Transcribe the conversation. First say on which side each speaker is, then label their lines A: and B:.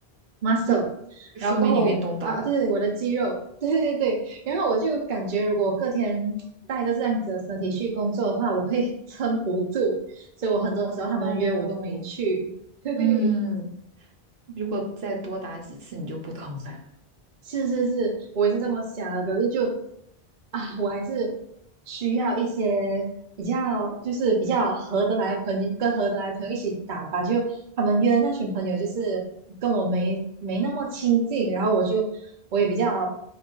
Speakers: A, on the right; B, on the right.
A: muscle，
B: 嗯，说明你运动到了。
A: 然后过后啊，对对，我的肌肉，对对对，然后我就感觉如果我隔天带着这样子的身体去工作的话，我会撑不住，所以我很多时候他们约我都没去，
B: 哦，
A: <laughs> 嘿嘿嘿。
B: 嗯，如果再多打几次，你就不疼了。
A: 是是是，我也是这么想的。可是就啊，我还是需要一些比较，就是比较合得来的朋友，跟合得来的朋友一起打吧。就他们约的那群朋友，就是跟我没没那么亲近，然后我就我也比较